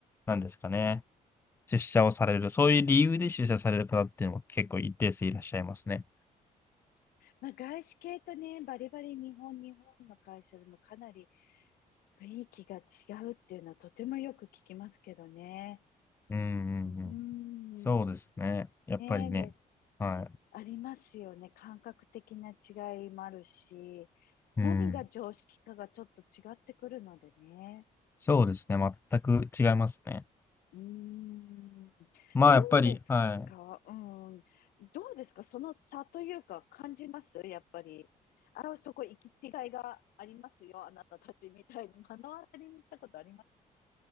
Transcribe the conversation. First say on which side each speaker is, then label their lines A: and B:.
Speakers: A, on the left (about 15°); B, on the left (about 85°).
A: なんですかね。出社をされる、そういう理由で出社される方っていうのも結構一定数いらっしゃいますね。
B: まあ、外資系とね、バリバリ日本、日本の会社でもかなり雰囲気が違うっていうのはとてもよく聞きますけどね。
A: うんうんうん。
B: うん。
A: そうですね。やっぱりね。
B: ね、で、
A: は
B: ありますよね。感覚的な違いもあるし、何が常識かがちょっと違ってくるのでね。
A: い。うん。そうですね。全く違いますね。
B: うーん、
A: まあ、
B: どうですか、
A: やっぱり、はい。
B: うん、どうですか、その差というか感じますやっぱり。あ、そこ行き違いがありますよ、あなたたちみたいな。目の当たりにしたことあります。